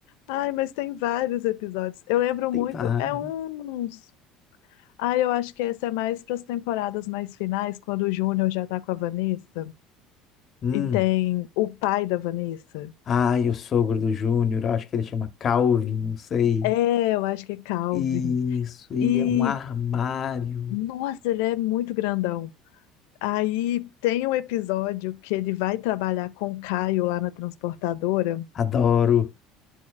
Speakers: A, on the left (about 85°); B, on the left (about 35°).
A: Ai, mas tem vários episódios. Eu lembro
B: Tem
A: muito,
B: vários.
A: é uns. Ai, eu acho que esse é mais para as temporadas mais finais, quando o Júnior já tá com a Vanessa
B: Hum.
A: e tem o pai da Vanessa.
B: Ai, o sogro do Júnior, eu acho que ele chama Calvin, não sei.
A: É, eu acho que é Calvin.
B: Isso, ele
A: E,
B: é um armário.
A: nossa, ele é muito grandão. Aí tem um episódio que ele vai trabalhar com o Caio lá na transportadora
B: Adoro.